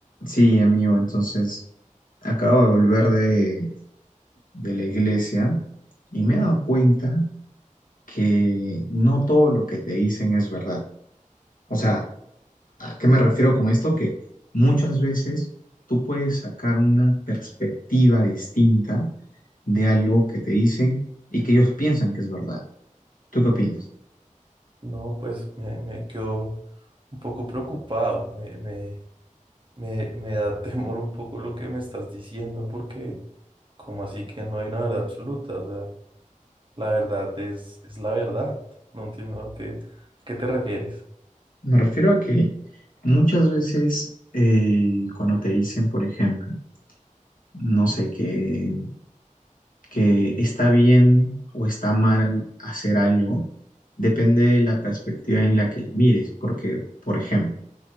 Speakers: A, on the left; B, on the right.
A: Sí, amigo, entonces acabo de volver de, de la iglesia y me he dado cuenta que no todo lo que te dicen es verdad. O sea, ¿a qué me refiero con esto? Que muchas veces tú puedes sacar una perspectiva distinta de algo que te dicen y que ellos piensan que es verdad. ¿Tú qué opinas?
B: No, pues me, me quedo un poco preocupado, me, me, me, me da <laughs> temor un poco lo que me estás diciendo, porque como así que no hay una verdad absoluta, o sea, la verdad es, es la verdad, no entiendo a qué, a qué te refieres.
A: Me refiero a que muchas veces eh, cuando te dicen, por ejemplo, no sé qué que está bien o está mal hacer algo, depende de la perspectiva en la que la mires, porque, por ejemplo,